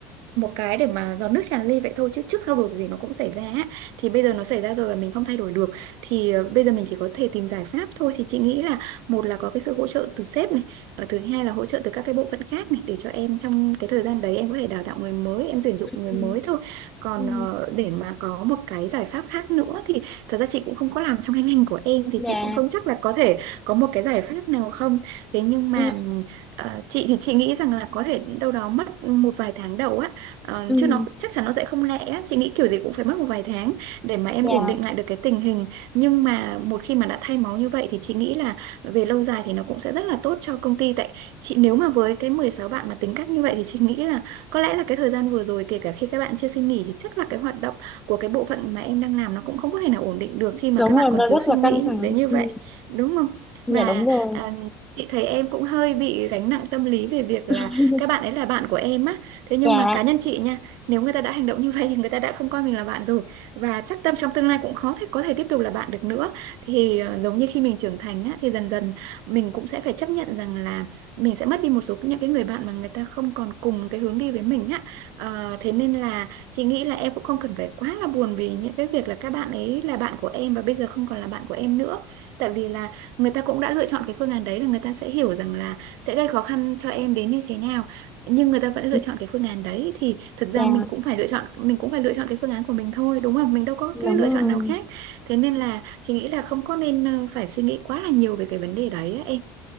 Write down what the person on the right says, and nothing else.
một cái để mà giọt nước tràn ly vậy thôi chứ trước sau rồi gì nó cũng xảy ra á. thì bây giờ nó xảy ra rồi và mình không thay đổi được thì ờ, bây giờ mình chỉ có thể tìm giải pháp thôi thì chị nghĩ là một là có cái sự hỗ trợ từ sếp này ờ, thứ hai là hỗ trợ từ các cái bộ phận khác này để cho em trong cái thời gian đấy em có thể đào tạo người mới em tuyển dụng
người mới thôi còn
ờ, để mà có một cái giải pháp khác nữa thì thật ra chị cũng không có làm trong cái ngành của em thì
chị cũng không chắc là có thể có một cái giải pháp nào không thế nhưng mà
ừm, ờ, chị thì chị nghĩ rằng là có thể đâu đó mất một vài tháng đầu á Ờ,
chứ nó chắc chắn nó sẽ không lẹ á. Chị nghĩ kiểu gì cũng phải mất một vài tháng để mà em
ổn định lại được cái tình hình nhưng mà một khi mà đã thay máu như vậy thì chị nghĩ là về lâu dài thì nó cũng sẽ rất là tốt cho công ty tại chị nếu mà với cái 16 bạn mà tính cách như vậy thì chị nghĩ là có lẽ là cái thời gian vừa rồi kể cả khi các bạn chưa xin nghỉ thì chắc là cái hoạt động của cái bộ phận mà em đang làm nó cũng không có thể nào ổn định được khi mà
các bạn
còn
thiếu
suy
nghĩ
đến như vậy
đúng không
và
à, chị thấy em cũng hơi bị gánh nặng tâm lý về việc
là các bạn ấy là bạn của em á thế nhưng
mà cá nhân chị nha nếu người ta đã hành động như vậy thì người ta đã không coi mình là bạn rồi và chắc tâm trong tương lai cũng khó thể có thể tiếp tục là bạn được nữa thì ờ, giống như khi mình trưởng thành á, thì dần dần mình cũng sẽ phải chấp nhận rằng là mình sẽ mất đi một số những cái người bạn mà người ta không còn cùng cái hướng đi với mình á Ờ, thế nên là chị nghĩ là em cũng không cần phải quá là buồn vì những cái việc là các bạn ấy là bạn của em và bây giờ không còn là bạn của em nữa tại vì là người ta cũng đã lựa chọn cái phương án đấy là người ta sẽ hiểu rằng là sẽ gây khó khăn cho em đến như thế nào nhưng người ta vẫn lựa
chọn cái phương án đấy thì thực
ra mình cũng phải lựa chọn mình cũng phải lựa chọn cái phương án của mình thôi đúng không mình đâu có
cái lựa
chọn nào khác thế nên là chị nghĩ là không có nên ờ, phải suy nghĩ quá là nhiều về cái vấn đề đấy á em